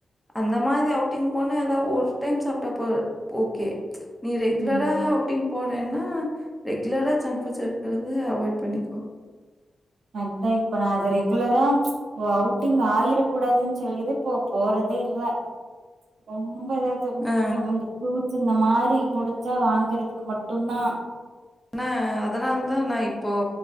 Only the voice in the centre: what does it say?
அந்த மாரி அவுட்டிங் போனா ஏதா ஒரு டைம் சாப்ட்டா போது ஓக்கே நீ ரெகுலரா
அவுட்டிங் போ வேனா ரெகுலரா ஜங்க் ஃப்ட்ஸ் எடுக்குறது அவாய்ட் பண்ணிக்கோ
அ
ஆனா அதனால தா நா இப்போ